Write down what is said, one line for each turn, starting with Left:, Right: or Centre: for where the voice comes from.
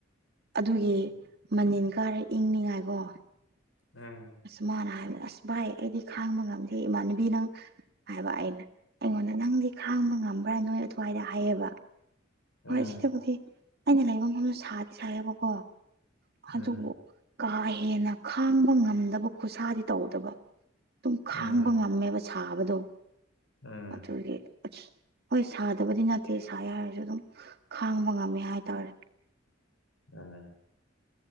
Right: ꯑꯗꯨꯒꯤ ꯃꯅꯤꯜ ꯀꯥꯔꯦ ꯏꯪꯅꯤꯡꯉꯥꯏꯀꯣ
Left: ꯎꯝ
Right: ꯑꯁ ꯃꯥꯅ ꯍꯥꯏꯕ ꯑꯁ ꯚꯥꯏ ꯑꯩꯗꯤ ꯈꯥꯡꯕ ꯉꯝꯗꯦ ꯏꯃꯥꯟꯅꯕꯤ ꯅꯪ ꯍꯥꯏꯕ ꯑꯩꯅ ꯑꯩꯉꯣꯟꯗ ꯅꯪꯗꯤ ꯈꯥꯡꯕ ꯉꯝꯕ꯭ꯔꯥ ꯅꯣꯏ ꯑꯗꯨꯋꯥꯏꯗ ꯍꯥꯏꯌꯦꯕ
Left: ꯎꯝ
Right: ꯍꯣꯏ ꯁꯤꯗꯕꯨꯗꯤ ꯑꯩꯅ ꯂꯩꯕ ꯃꯐꯝꯗꯣ ꯁꯥꯗꯤ ꯁꯥꯥꯏꯌꯦꯦꯕꯀꯣ
Left: ꯎꯝ
Right: ꯑꯗꯨꯕꯨ
Left: ꯎꯝ
Right: ꯀꯥ ꯍꯦꯟꯅ ꯈꯥꯡꯕ ꯉꯝꯗꯕ ꯈꯨꯠꯁꯥꯗꯤ ꯇꯧꯗꯕ ꯑꯗꯨꯝ
Left: ꯎꯝ
Right: ꯈꯥꯡꯕ ꯉꯝꯃꯦꯕ ꯁꯥꯕꯗꯣ
Left: ꯎꯝ
Right: ꯃꯆꯨꯔꯒꯤ ꯑ ꯍꯣꯏ ꯁꯥꯗꯕꯗꯤ ꯅꯠꯇꯦ ꯁꯥꯦ ꯍꯥꯏꯔꯁꯨ ꯑꯗꯨꯝ ꯈꯥꯡꯕ ꯉꯝꯃꯦ ꯍꯥꯏꯇꯥꯔꯦ
Left: ꯎꯝ